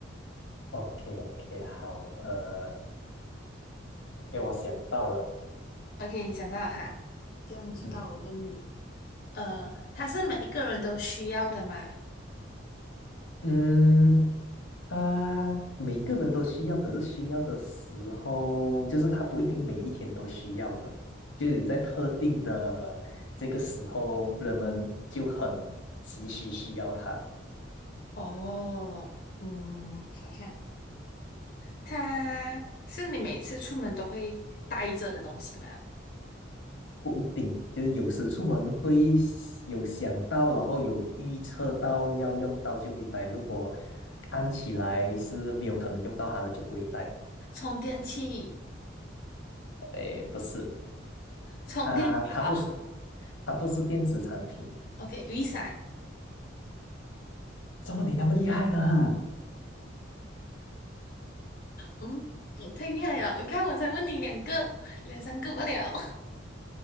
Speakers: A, on the left; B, on the left.
A: ，OK OK，好，呃，OK，我想到了，
B: OK，你想到了哈？这样子到我问你，
A: 嗯
B: 呃，它是每一个人都需要的吗？
A: 嗯，他每个人都需要，可是需要的时候，就是他不一定每一天都需要的，就是有在特定的这个时候，人们就很急需需要他。
B: 哦，嗯，想象，它是你每次出门都会带着的东西吗？
A: 不一定，就是有时出门会有想到，然后有预测到要用到就会带。如果看起来是没有可能用到它的，就不会带。
B: 充电器、
A: 诶，不是，
B: 充电宝
A: 它它不是它不是电子产品。
B: ，OK，雨伞，
A: 怎么你那么厉害呢？
B: 嗯，你太厉害了！你看，我才问你两个，两三个罢了。